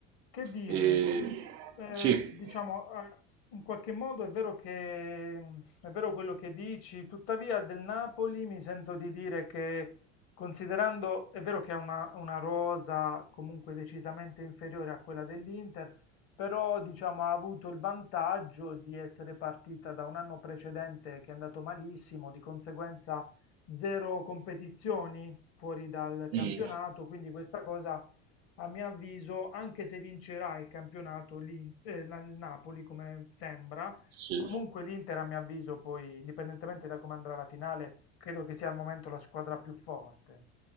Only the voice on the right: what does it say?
E...
Sì.
Mm,
sì.